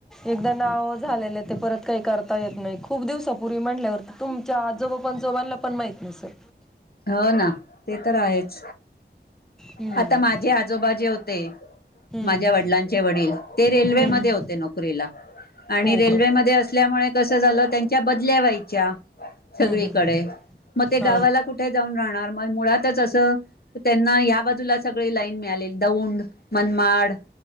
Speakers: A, in the centre; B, on the left (about 60°).
A: एक नाव झालेलं ते परत काही करता येत नाही खूप दिवसापूर्वी म्हणल्यावरती तुमच्या आजोबा पंजोबानला पण माहीत नसेल.
B: हो ना ते तर आहे. <inaudible>
A: हम्म
B: आता माझे आजोबा जे होते ते
A: हम्म
B: माझ्या वडिलांचे वडील ते रेल्वेमध्ये
A: हम्म हम्म
B: होते नोकरीला. आणि
A: हो
B: रेल्वेमध्ये
A: का
B: अस ल्यामुळे कसं झालं त्यांच्या बदल्या व्हायच्या सगळीकडे
A: हम्म हम्म
B: मग ते
A: हा
B: गावाला कुठे जाऊन राहणार मग मुळातच असं त्यांना या लाईन मिळालीलेली दौंड, मनमाड,